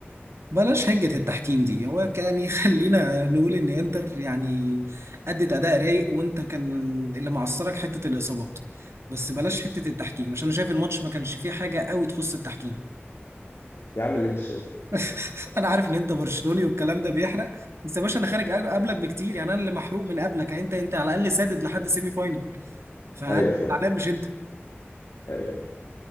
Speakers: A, on the right; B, on the left.
A: بلاش هجة التحكيم دي هو يعني خلينا نقول ان انتر يعني ادت اداء رايق وانت كان اللي معصرك حتة الاصابات بس بلاش حتة التحكيم عشان انا شايف الماتش ما كانش فيه حاجة قوي تخص التحكيم
B: يا عم اللي انت شايفه
A: <laughs> انا عارف ان انت برشلوني والكلام ده بيحرق بس يا باشا انا خارج أج- قبلك بكتير يعني انا اللي محروق من قبلك يعني انت انت على الاقل سادد لحد سيمي فاينل فانا
B: ايوه فاهم
A: زعلان مش انت
B: ايوه أيوة.